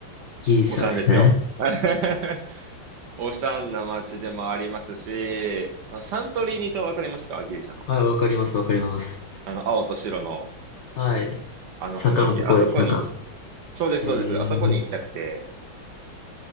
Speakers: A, on the left; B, on the right.
A: ギリシャですね。
B: オシャンですよ。<laughs> オシャンな街でもありますし、あサントリーニ島わかりますかギリシャの。
A: はい、わかります、わかります。
B: あの、青と白の
A: はい。
B: あの雰囲気。
A: 坂のとこです。
B: あそこに、
A: なんか、
B: そうです、
A: えー、
B: そうです。あそこに行きたくて。